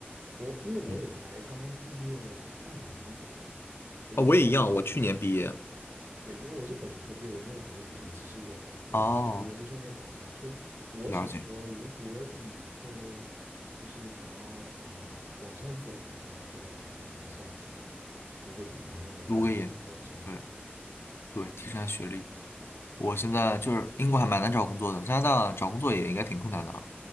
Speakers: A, on the right; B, on the left.
A: 我因为我也才刚刚毕业半年左右，
B: 嗯，
A: 所以我工，
B: 啊，我也一样，我去年毕业。
A: 对，因为我是本科毕业，我没有读研，只是有一个读研究生的打算，
B: 哦，
A: 所以我想说，
B: 了解，
A: 如果以后就是想要啊、往上走的话，我觉得可能还是要去读个研，然后呢再再往上走。
B: 读个研，对对，提升下学历。我现在就是英国还蛮难找工作的，
A: 对，
B: 加拿大找工作也应该挺困难的啊。